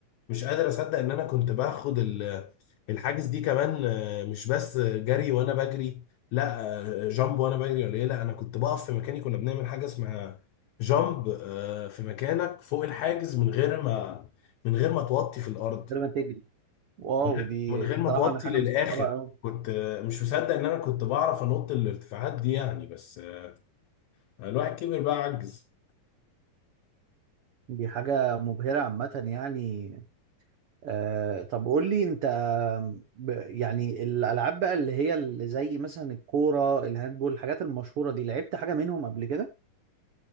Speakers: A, on the left; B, on the right.
A: مش قادر اصدق ان انا كنت باخد ال- الحاجز دي كمان آه، مش بس جري وانا بجري لا آه، جامب وانا بجري ولا ايه لا انا كنت بقف في مكاني كنا بنعمل حاجه اسمها جامب آه، في مكانك فوق الحاجز من غير ما من غير ما توطي في الارض
B: غير ما تجري واو
A: من غير
B: دي
A: من غير
B: بصراحة
A: ما توطي
B: انا حاجة
A: للاخر
B: مستصعبة قوي
A: كنت آه، مش مصدق ان انا كنت بعرف انط الارتفاعات دي يعني بس آه، الواحد كبر بقى عجز
B: دي حاجة مبهرة عامة يعني آه طب قول لي انت ب- يعني الالعاب بقى اللي هي اللي زي مثلا الكوره الهاندبول الحاجات المشهوره دي لعبت حاجه منهم قبل كده